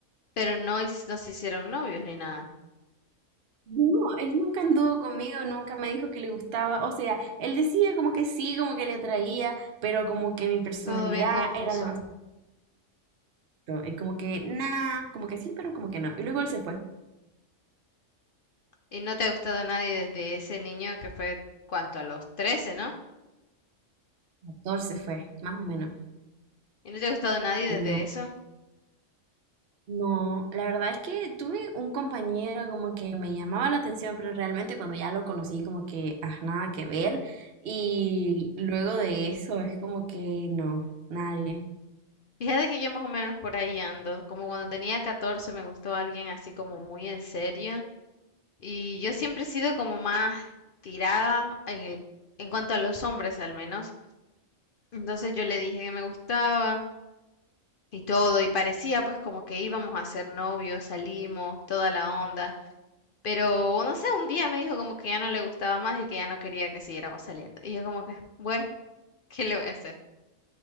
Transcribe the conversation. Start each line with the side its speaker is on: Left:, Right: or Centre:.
Left: pero no, his- no se hicieron novios ni nada.
Right: No, él nunca anduvo conmigo, nunca me dijo que le gustaba, o sea, él decía como que sí, como que le atraía, pero como que mi personalidad
Left: Todo bien confuso.
Right: era demasiado, y como que nada, como que sí, pero como que no. Y luego él se fue,
Left: Y no te ha gustado nadie desde ese niño que fue, ¿cuánto? A los 13, ¿no?
Right: 14 fue, más o menos.
Left: Y no te ha gustado nadie desde
Right: No,
Left: eso.
Right: no, la verdad es que tuve un compañero como que me llamaba la atención, pero realmente cuando ya lo conocí como que, ah, nada que ver, y luego de eso es como que no, nadie.
Left: Fíjate que yo más o menos por ahí ando. Como cuando tenía 14 me gustó alguien así como muy en serio. Y yo siempre he sido como más tirada en el, en cuanto a los hombres al menos. Entonces yo le dije que me gustaba y todo, y parecía pues como que íbamos a ser novios, salimos, toda la onda. Pero no sé, un día me dijo como que ya no le gustaba más y que ya no quería que siguiéramos saliendo. Y yo como que, bueno, ¿qué le voy a hacer?